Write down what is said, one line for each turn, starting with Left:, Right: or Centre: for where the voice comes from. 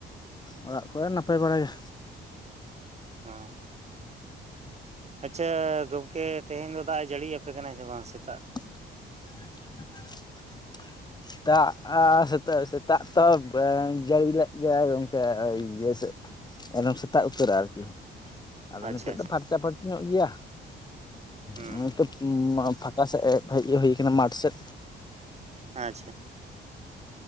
Left: ᱚᱲᱟᱜ ᱠᱚᱨᱮ ᱱᱟᱯᱟᱭ ᱵᱟᱲᱟ ᱜᱮ᱾
Right: ᱦᱮᱸ ᱟᱪᱪᱷᱟ ᱜᱚᱢᱠᱮ ᱛᱮᱦᱮᱧ ᱫᱚ ᱫᱟᱜ ᱮ ᱡᱟᱹᱲᱤᱭᱟᱯᱮ ᱠᱟᱱᱟᱭ ᱥᱮ ᱵᱟᱝ ᱥᱮᱛᱟᱜ ᱠᱷᱚᱡ?
Left: <inaudible> ᱫᱟᱜ ᱮ ᱥᱮᱛᱟᱜ ᱥᱮᱛᱟᱜ ᱛᱚ ᱵᱟᱝ ᱡᱟᱹᱲᱤ ᱞᱮᱫ ᱜᱮᱭᱟᱭ ᱜᱚᱝᱠᱮ ᱤᱭᱟᱹ ᱥᱮ, ᱮᱠᱫᱚᱢ ᱥᱮᱛᱟᱜ ᱩᱛᱟᱹᱨ ᱟᱨᱠᱤ ᱟᱫᱚ
Right: ᱟᱪᱪᱷᱟ
Left: ᱱᱤᱛᱳᱜ
Right: ᱟᱪᱪᱷᱟ
Left: ᱫᱚ ᱯᱷᱟᱨᱪᱟ ᱯᱷᱟᱨᱪᱤ ᱧᱚᱜ ᱜᱮᱭᱟ,
Right: ᱦᱩᱸ
Left: ᱦᱚᱸᱜ ᱦᱤᱛᱳᱜ ᱯᱷᱟᱸ ᱚᱠᱟ ᱥᱮᱫ ᱦᱮᱡ ᱤᱭᱟᱹ ᱦᱩᱭ ᱠᱟᱱᱟ ᱢᱟᱴᱷ ᱥᱮᱫ
Right: ᱟᱪᱪᱷᱟ᱾